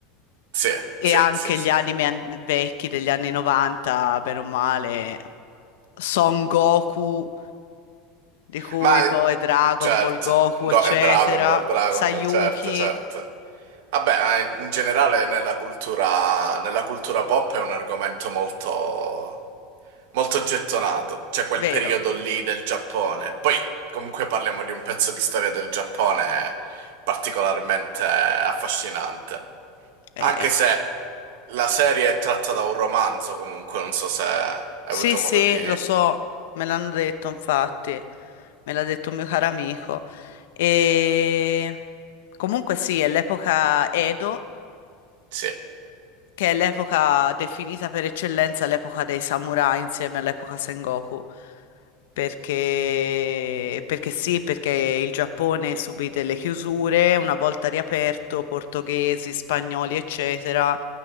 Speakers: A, on the right; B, on the left.
A: sì,
B: e
A: sì,
B: anche
A: sì, sì.
B: gli anime an- vecchi degli anni 90, bene o male, Son Goku, di cui
A: Ma
B: poi
A: eh,
B: Dragon
A: certo,
B: Ball Goku,
A: Go-
B: eccetera,
A: eh, Dragon Ball, Dragon
B: Sayuki,
A: Ball, certo, certo. Vabbè, ma in generale nella cultura, nella cultura pop è un argomento molto molto gettonato, cioè quel
B: vero?
A: periodo lì del Giappone. Poi comunque parliamo di un pezzo di storia del Giappone particolarmente affascinante,
B: Eh,
A: anche se la serie è tratta da un romanzo comunque, non so se hai avuto
B: Sì, sì,
A: modo di...
B: lo so, me l'hanno detto infatti, me l'ha detto un mio caro amico. E comunque sì, è l'epoca Edo,
A: Sì.
B: che è l'epoca definita per eccellenza l'epoca dei samurai insieme all'epoca Sengoku. Perché... perché sì, perché il Giappone subì delle chiusure, una volta riaperto, portoghesi, spagnoli, eccetera,